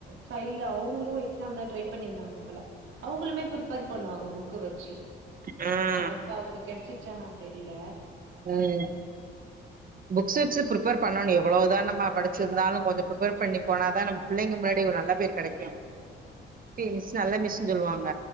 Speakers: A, on the right; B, on the right.
A: சைட்ல அவுங்களு எக்ஸாம் தா ட்ரை பண்ணிருந்தாங்க போல அவங்களுமே பிரிப்பர் பண்ணுவாங்க புக்க வச்சி
B: ஹ
A: அத இப்ப அவுங்களுக்கு கிடைச்சிச்சா என்னானு தெரில
B: ம் புக்ஸ் வெச்சு பிரிப்பர் பண்ணணு எவ்வளோதா நம்ம படிச்சிருந்தாலு கொஞ்ச ப்ரிப்பேர் பண்ணி போனா தா நம்ம பிள்ளைங்க முன்னாடி ஒரு நல்ல பேர் கிடைக்கு டி மிஸ் நல்ல மிஸ்ன்னு சொல்லுவாங்க